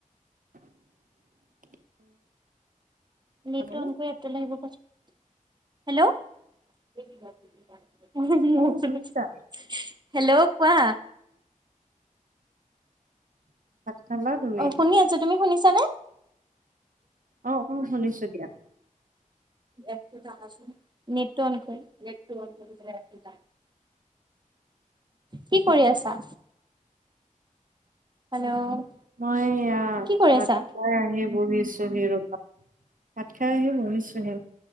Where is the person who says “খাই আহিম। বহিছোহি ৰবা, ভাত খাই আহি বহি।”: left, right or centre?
Right